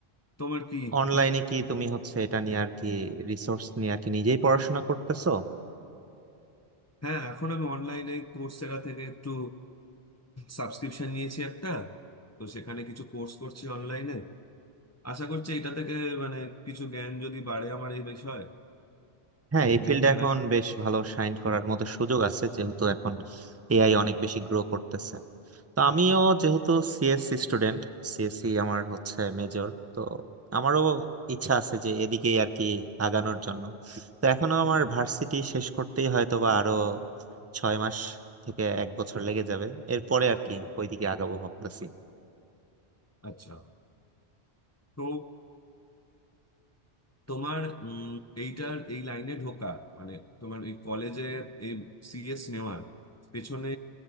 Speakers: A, on the left (about 20°); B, on the right (about 15°).
A: তোমার কি
B: অনলাইনে
A: ই-
B: কি তুমি হচ্ছে এটা নিয়ে আর কি রিসোর্স নিয়ে আর কি নিজেই পড়াশোনা করতেছো
A: হ্যাঁ এখন আমি অনলাইনে কোর্সেরা থেকে একটু সাবস্ক্রিপশন নিয়েছি একটা তো সেখানে কিছু কোর্স করছি অনলাইনে আশা করছি এটা থেকে মানে কিছু জ্ঞান যদি বাড়ে আমার এই বিষয়ে
B: হ্যাঁ এই ফিল্ডে
A: ডেটা
B: এখন বেশ ভালো শাইন করার মতো সুযোগ আছে যেহেতু এখন এআই অনেক বেশি গ্রো করতেছে তো আমিও যেহেতু সিএসসি স্টুডেন্ট সিএসসি আমার হচ্ছে মেজর তো আমারও ইচ্ছা আছে যে এদিকেই আর কি আগানোর জন্য তো এখনো আমার ভার্সিটি শেষ করতেই হয়তো বা আরো ছয় মাস থেকে এক বছর লেগে যাবে এরপরে আর কি ওইদিকে আগাবো ভাবতেছি
A: আচ্ছা তো তোমার উম, এইটার এই লাইনে ঢোকার মানে তোমার এই কলেজে এই সিএস নেওয়ার পেছনে